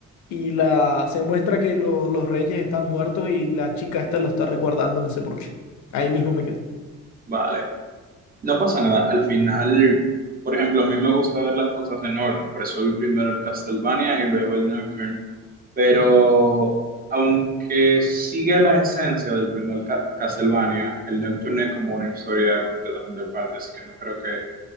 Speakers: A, on the left; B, on the right.
A: y la, se muestra que lo- los reyes están muertos y la chica esta lo está resguardando, no sé por qué. Ahí mismo me quedé.
B: Vale, no pasa nada. Al final, por ejemplo, a mí me gusta ver las cosas en orden, por eso vi primero el Castlevania y luego el Nocturne. Pero aunque sigue la esencia del primer Ca- Castlevania, el Nocturne es como una historia completamente aparte, así que no creo que,